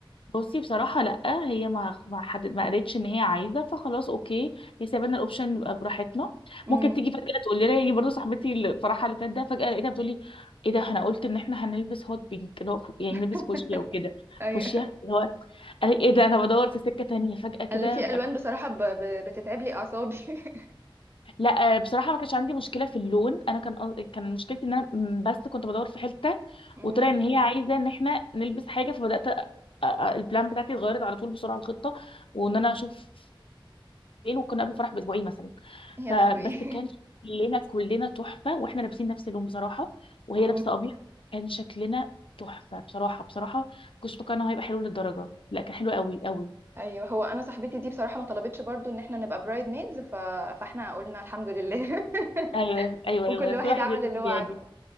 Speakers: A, on the left; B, on the right.
A: بصي بصراحة لأ هي ما ما حدد ما قالتش إن هي عايزة فخلاص أوكي هي سايبانا الأوبشن يبقى براحتنا
B: امم
A: ممكن تيجي فجأة تقول لنا يعني برضه صاحبتي الفرحة اللي فات ده فجأة لقيتها بتقولي إيه ده إحنا قلت إن إحنا هنلبس هوت بينك اللي هو فو- يعني
B: <laughs>
A: نلبس فوشيا وكده
B: ايوه
A: فوشيا اللي هو قال إيه ده أنا بدور في سكة تانية فجأة كده
B: انا في الوان بصراحه ب... ب... بتتعب لي اعصابي <laughs>
A: لا آه، بصراحه ما كانش عندي مشكله في اللون انا كان قص- كان مشكلتي ان انا م- بس كنت بدور في حته
B: امم
A: وطلع ان هي عايزه ان احنا نلبس حاجه فبدات أ- أ- البلان بتاعتي اتغيرت على طول بسرعه الخطه وان انا اشوف فين وكنا قبل الفرح باسبوعين مثلا
B: يا
A: فبس
B: لهوي
A: كان شكلنا كلنا تحفه واحنا لابسين نفس اللون بصراحه وهي
B: <laughs> مم.
A: لابسه ابيض كان شكلنا تحفه بصراحه بصراحه كنتش متوقعه انه هيبقى حلو للدرجه لا كان حلو قوي قوي
B: ايوه هو انا صاحبتي دي بصراحه ما طلبتش برضو ان احنا نبقى برايد ميدز ف... فاحنا قلنا الحمد لله <laughs>
A: ايوه ايوه
B: وكل
A: ايوه كل
B: واحد
A: واحد
B: عمل
A: يلبس
B: اللي
A: اللي
B: هو عاجبه
A: يعجبه